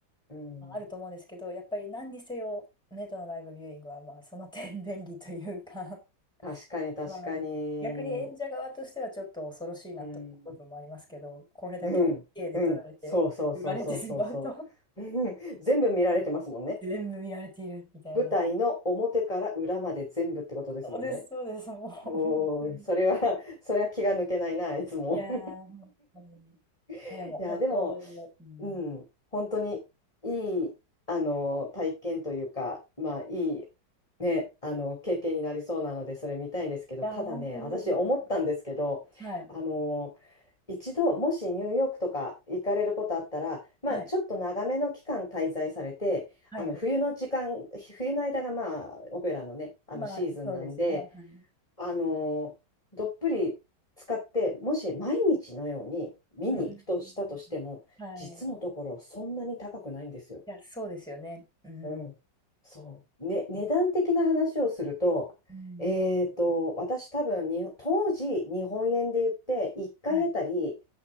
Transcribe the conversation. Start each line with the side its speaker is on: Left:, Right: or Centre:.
Left: うん。
Centre: まあ、あると思うんですけど、やっぱり何にせよネットのライブビューイングはまあその点便利というか
Left: 確かに、確かに。
Centre: まあ、逆に演者側としてはちょっと恐ろしいなと思う部分もありますけど、
Left: うん、
Centre: これだけ
Left: うん、
Centre: K で撮られて、
Left: うん。そうそうそうそうそうそう。
Centre: 売られてしまうと
Left: うん全部見られてますもんね。
Centre: 全部見られているみたいな。
Left: 舞台の表から裏まで全部ってことですもんね。
Centre: そうです、そうです、もう、本当に。
Left: おー、それは、
Centre: い
Left: <laughs> それは気が抜けないな、いつも。
Centre: やー、
Left: <laughs>
Centre: 本当に。い
Left: いや、
Centre: や、でも、本当、
Left: でも、
Centre: うん。
Left: うん、
Centre: い
Left: 本当にいい、あの、体験というか、まあ、いい、ね、あの、経験になりそうなので、それ見たいんですけど、
Centre: や、
Left: ただね、
Centre: 本当にぜひ。
Left: 私思ったんですけど、
Centre: はい、
Left: あの、一度、もしニューヨークとか行かれることあったら、まあ、
Centre: はい、
Left: ちょっと長めの期間滞在されて、
Centre: はい、
Left: あの、
Centre: はい。
Left: 冬の時間、冬の間が、まあ、オペラのね、あの、
Centre: まあ、
Left: シーズンなんで、
Centre: そうですね。はい。
Left: あのどっぷり使って、もし毎日のように見に行くとしたとしても、
Centre: うん。はい。
Left: 実のところそんなに高くないんですよ。
Centre: いや、そうですよね。うん。
Left: うん。そう。ね、値段的な話をすると、
Centre: うん。
Left: えーと、私多分に、当時日本円で言って1回あたり、
Centre: はい、